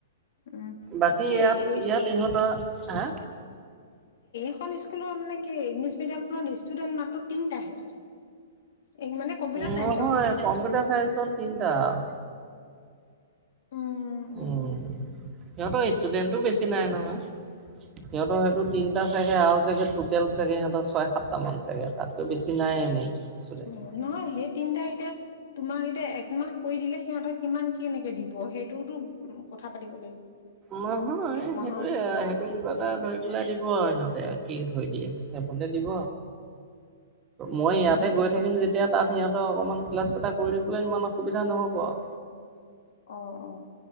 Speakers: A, on the left; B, on the right.
A: উম
B: বাকী ইয়াত
A: এই
B: ইয়াত ইহঁতৰ, হা?
A: এখন স্কুলৰ মানে কি? ইংলিছ মিডিয়াম খনত ষ্টুডেন্ট মাত্ৰ তিনটাহে? এই মানে কম্পিউটাৰ
B: নহয়,
A: চাইন্সৰ
B: কম্পিউটাৰ চাইন্সত তিনিটা আও।
A: উম উম
B: উ সিহঁতৰ ষ্টুডেন্টো বেছি নাই নহয়। সিহঁতৰ সেইটো তিনটা চাগে আৰু চাগে টো টোটেল চাগে সিহঁতৰ ছয়, সাতটামান চাগে। তাতকৈ বেছি নাই এনেই। ষ্টুডেণ্ট।
A: অ নহয় সেই তিনটা এতিয়া তোমাক এতিয়া একমাহ কৰি দিলে সিহঁতক কিমান কেনেকে দিব সেইটোওটো কথা পাতিব লাগিব।
B: নহয়
A: একমাহৰ
B: সেইটোৱে। সেইটো কিবা এটা ধৰি পেলাই দিব আৰু সিহঁতে কি ধৰি দিয়ে। সেইফোনতে দিব। মই ইয়াতে
A: উম
B: গৈ
A: উম
B: থাকিম
A: উম
B: যেতিয়া তাত সিহঁত অকমান ক্লাছ এটা কৰি দিবলৈ ইমান অসুবিধা নহ'ব আও।
A: অ, অ